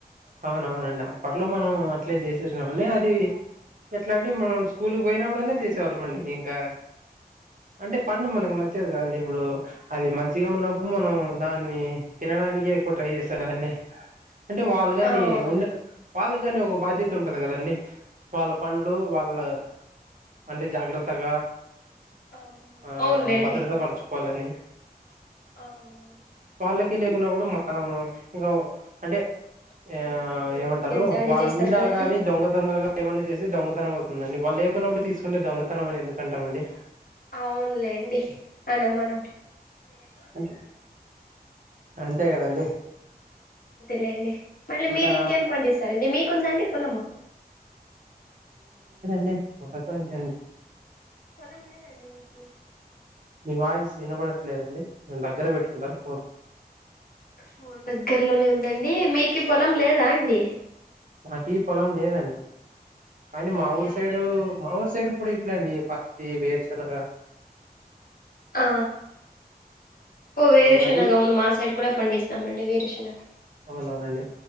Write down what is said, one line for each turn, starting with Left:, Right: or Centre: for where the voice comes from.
Right: అవునవును అండి అప్పట్లో మనం అట్లే చేసేసినమండి అది ఎట్లా అంటే మనం స్కూల్కి పోయినప్పుడుల్లా చేసేవాళ్ళం అండి ఇంకా అంటే పండు మనకు నచ్చదు కదండి ఇప్పుడు అది మంచిగా ఉన్నప్పుడు మనం దాన్ని తినడానినికి ఎక్కువ ట్రై చేస్తాం కదండి అంటే కానీ
Left: అవును
Right: ఉండ వాళ్ళ కాని ఒక బాధ్యత ఉంటది కదండి వాళ్ళ పనులు వాళ్ళు అంటే జాగ్రత్తగా
Left: అవునవును
Right: ఆ
Left: అవునులేండి
Right: భద్రత పరుచు కొళ్లని
Left: అవునవునండి
Right: వాళ్లకి లేకున్నప్పుడు మనం ఇంకా అంటే ఆ
Left: ఇంకా మీరు
Right: ఏమంటారు
Left: ఇంకేం దాడి
Right: వాళ్ళు
Left: చేస్తారు
Right: ఉండగాని
Left: కదండి
Right: దొంగ దొంగగా ఏమన్నా చేే దొంగతనం అవుతుందండి వాళ్ళు లేేకున్నప్పుడు తీసుకుంటే దొంగతనం అని ఎందుకంటామండి
Left: అవునులేండి అన మన
Right: అంటే అంతే కదండి
Left: లేండి మళ్ళీ
Right: ఇంకా
Left: మీరు ఇంకేం పండిస్తారండి మీకుందండి పొలము
Right: డి మాకు అంతే అండి
Left: పొలం లేదా అండి మీకీ
Right: మీ వాయిస్ వినబడట్లేదండి దగ్గర పెట్టుకుంటారు ఫోన్
Left: ఫోన్ దగ్గరలోనే ఉందండి మీకు పొలం లేదా అండి
Right: నాకీ పొలం లేదండి అ మాఊరి
Left: ఏ
Right: సైడ్
Left: అవునండి
Right: మాఊరు సైడ్ ఇప్పుడు ఇట్లా అండి పత్తి వేరుశనగా
Left: ఆ ఓ వేరు
Right: వరి
Left: శనగ అవును మా సైడ్ కూడా పండిస్తామండి వేరు శనగా
Right: అవునవును అండి